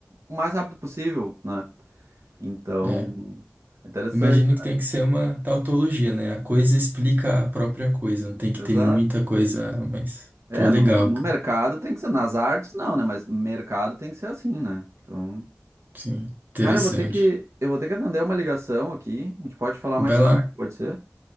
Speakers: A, on the right; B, on the right.
A: o mais rápido possível, né? Então,
B: É.
A: é interessante,
B: Imagino que tem que ser uma tautologia, né? A coisa explica a própria coisa. Tem que
A: exato.
B: ter muita coisa a mais.
A: É,
B: Pô, legal,
A: no, mer- no
B: cara.
A: mercado tem que ser, nas artes não, né? Mas mercado tem que ser assim, né? Então,
B: Sim, interessante.
A: cara, eu vou ter que, eu vou ter que atender uma ligação aqui, a gente pode falar
B: Vai
A: mais tarde,
B: lá.
A: pode ser?